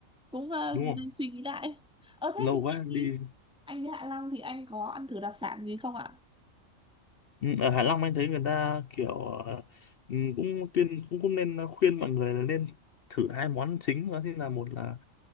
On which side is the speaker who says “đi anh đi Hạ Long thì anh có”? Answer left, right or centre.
Centre